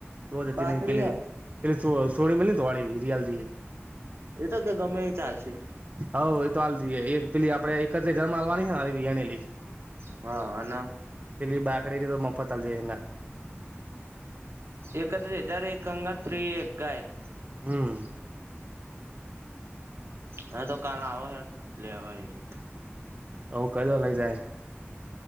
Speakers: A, on the right; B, on the right.
A: ધો દેતી
B: બાકડી
A: નહી પેલે
B: હ
A: પેલી સોડી મી ને તો વાડી રિયાલ
B: એતો કે ગમે ચાલશે
A: હવ એ તો હાલ દઈએ એક પેલી આપણે એકત્ર જન્મા આવવાનીરી
B: હા અને
A: પેલી બાકડી તો મફત ચલ જઈા
B: એકત્ર ત્યારે એક કંગાત ફ્રી એક ગાય
A: હમ
B: હ તો કાલ આવો છે લેવા જ્યો
A: ઓ કઈ ઓ લઈ જાય